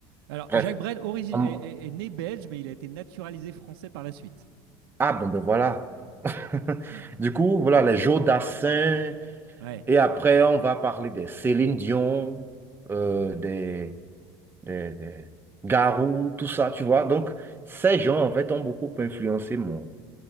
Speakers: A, on the right; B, on the right.
A: Alors,
B: Bref.
A: Jacques Brel origi-
B: Hum,
A: est, est- est né belge, mais il a été naturalisé français par la suite.
B: Ah, bon, ben voilà. <laughs>
A: Ouais.
B: Du coup, voilà, les Joe Dassin,
A: Ouais.
B: et après, on va parler des Céline Dion, euh,
A: Hmm.
B: des, des, des Garou, tout ça, tu vois. Donc, ces gens, en fait, ont beaucoup influencé mon